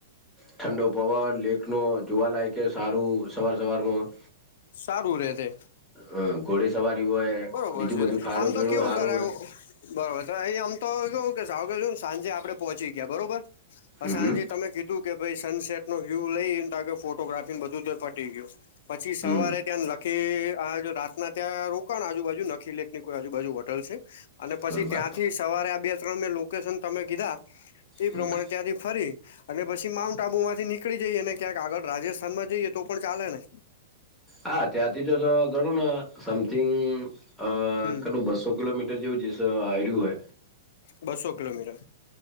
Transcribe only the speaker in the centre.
ઠંડો પવન લેકનો જોવાલાયકેય સારું સવાર સવારમાં
હ ઘોડે સવારી હોય
બીજું
બધું ખાણું
પીણું
સારું
હોય
હમ
હમ
હમ
બરોબર
હમ
હા ત્યાંથી જો જો ઘણું સમથિંગ અ.
કેટલું બસો કિલોમીટર જેવું જેશ આયુરી એ.